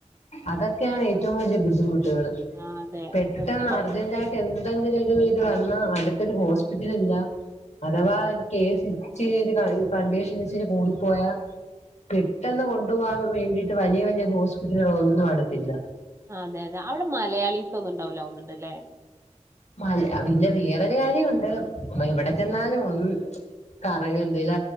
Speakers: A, on the left (about 65°); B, on the right (about 25°).
A: അതൊക്കെയാണ് ഏറ്റവും വലിയ ബുദ്ധിമുട്ടുകള്
B: ആഹ് അതെ
A: പെട്ടെന്ന്
B: ചെറിയ മക്ക
A: അർജന്റായി എന്തെങ്കിലും ഒരു ഇത് വന്നാ അടുത്തൊരു ഹോസ്പിറ്റല് ഇല്ല അഥവാ കേസ് ഇച്ചിരി കൺവേഷനിച്ചിരി കൂടിപ്പോയാ പെട്ടെന്ന് കൊണ്ടുപോവാൻ വേണ്ടിട്ട് വലിയ വലിയ ഹോസ്പിറ്റലുകള് ഒന്നും അടുത്തില്ല
B: അതെ അതെ അവിടെ മലയാളീസ് ഒന്നും ണ്ടാവുല്ല തോന്നുന്നുണ്ട് ല്ലേ
A: മല പിന്നെ വേറൊരു കാര്യമൊണ്ട് എവിടെ ചെന്നാലും ഒന്ന് കറി വേപ്പ് ഇല